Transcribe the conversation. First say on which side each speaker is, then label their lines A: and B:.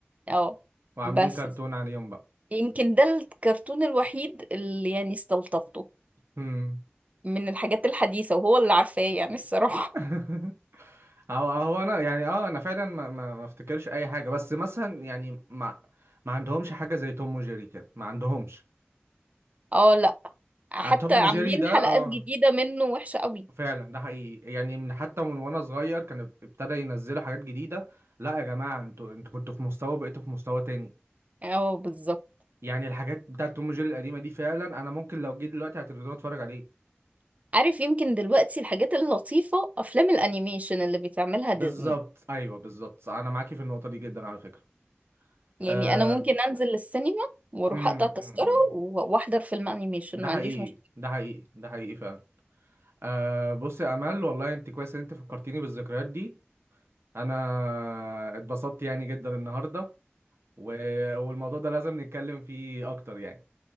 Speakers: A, on the right (about 35°); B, on the right (about 80°).
A: اه
B: وعاملين
A: بس
B: كرتون عليهم بقى
A: يمكن ده الكرتون الوحيد اللي يعني استلطفته
B: امم
A: من الحاجات الحديثه وهو اللي عارفاه يعني الصراحه
B: <laughs> هو هو انا يعني اه انا فعلا ما ما ما افتكرش اي حاجه بس مثلا يعني ما ما عندهمش حاجه زي توم وجيري كده ما عندهمش
A: اه لا حتى
B: آه، توم
A: عاملين
B: وجيري ده
A: حلقات
B: اه
A: جديده منه وحشه قوي
B: فعلا ده حقيقي يعني من حتى من وانا صغير كان ابتدى ينزلوا حاجات جديده لا يا جماعه انتوا انتوا كنتوا في مستوى بقيتوا في مستوى تاني
A: اه بالظبط
B: يعني الحاجات بتاعت توم وجيري القديمه دي فعلا انا ممكن لو جيت دلوقتي على التلفزيون اتفرج عليه
A: عارف يمكن دلوقتي الحاجات اللطيفة أفلام الأنيميشن اللي بتعملها ديزني
B: بالظبط ايوه بالظبط انا معاكي في النقطه دي جدا على فكره
A: يعني
B: آه
A: أنا ممكن أنزل السينما وأروح
B: أمم،
A: أقطع تذكرة
B: أمم.
A: و- وأحضر فيلم أنيميشن
B: ده
A: ما
B: حقيقي
A: عنديش مشكلة
B: ده حقيقي ده حقيقي فعلا آه بص يا امل والله انت كويس ان انت فكرتيني بالذكريات دي انا اتبسطت يعني جدا النهارده و... والموضوع ده لازم نتكلم فيه اكتر يعني